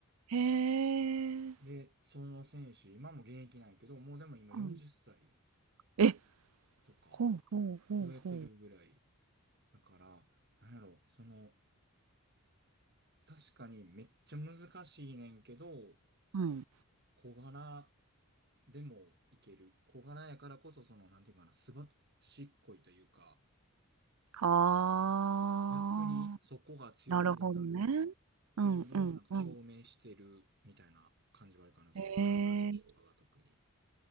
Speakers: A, on the right; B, on the right.
A: へえ
B: で、その選手、今も現役なんやけど、もうでも今40歳
A: うんえ
B: とか
A: ほうほうほうほう
B: 超えてるぐらい。だから、なんやろ、その、確かにめっちゃ難しいねんけど、
A: うんうん
B: 小柄でもいける。小柄やからこそ、その、なんていうかな、すばしっこいというか、
A: はあ
B: 逆にそこが強みになるっていうのをなんか証明してるみたいな感じはあるかな。
A: なるほどねうんうんうん
B: その河村選手とかが特に。
A: へえ